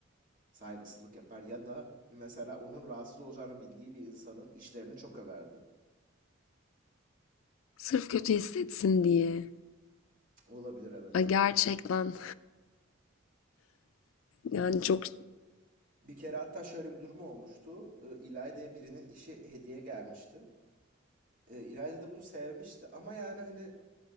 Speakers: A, on the right; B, on the left.
A: saygısızlık yapar ya da mesela onun rahatsız olacağını bildiği bir insanın işlerini çok överdi.
B: Sırf kötü hissetsin diye.
A: Olabilir evet.
B: Ay gerçekten yani çok
A: Bir kere hatta şöyle bir durum olmuştu. Ee, İlayda'ya birinin işi hediye gelmişti. Ee, İlayda da bunu sevmişti ama yani hani